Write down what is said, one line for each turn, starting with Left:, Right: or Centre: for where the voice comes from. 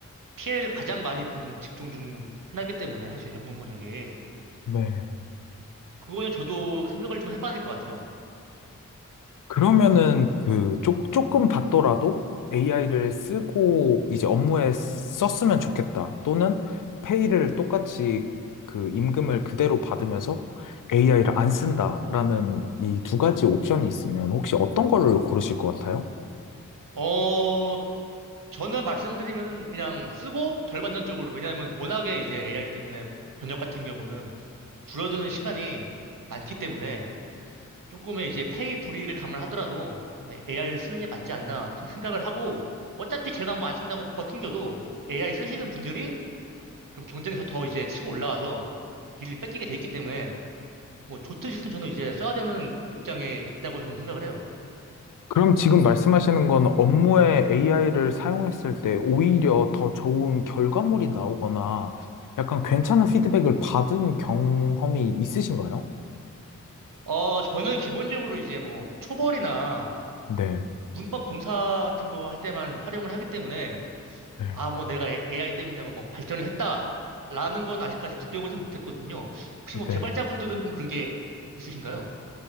Right: 피해를 가장 많이 보는 직종 중 하나이기 때문에 사실 영문 번역이
Left: 네.
Right: 그거는 저도 생각을 좀 해봐야 될 것 같아요.
Left: 그러면은 그 조, 조금 받더라도 AI를 쓰고 이제 업무에 썼으면 좋겠다. 또는 페이를 똑같이 그 임금을 그대로 받으면서 AI를 안 쓴다라는 이 두 가지 옵션이 있으면 혹시 어떤 거를 고르실 것 같아요?
Right: 어, 저는 말씀드리면은 그냥 쓰고 덜 받는 쪽으로 왜냐하면 워낙에 이제 AI 때문에 번역 같은 경우는 줄어드는 시간이 많기 때문에 조금의 이제 페이 불이익을 감안하더라도 AI를 쓰는 게 맞지 않나 생- 생각을 하고 어차피 제가 뭐 안 쓴다고 버팅겨도 AI 쓰시는 분들이 그럼 경쟁에서 더 이제 치고 올라와서 일을 뺏기게 돼 있기 때문에 뭐 좋든 싫든 저는 이제 써야 되는 입장에 있다고 저는 생각을 해요.
Left: 그럼 지금 말씀하시는 건 업무에 AI를 사용했을 때 오히려 더 좋은 결과물이 나오거나 약간 괜찮은 피드백을 받은 경험이 있으신가요?
Right: 어, 저는 기본적으로 이제 뭐 초벌이나
Left: 네,
Right: 문법 검사 같은 거 할 때만 활용을 하기 때문에
Left: 네,
Right: 아, 뭐 내가 AI 때문에 뭐 발전을 했다라는 건 아직까지 느껴보진 못했거든요. 혹시 뭐
Left: 네.
Right: 개발자분들은 좀 그런 게 있으신가요?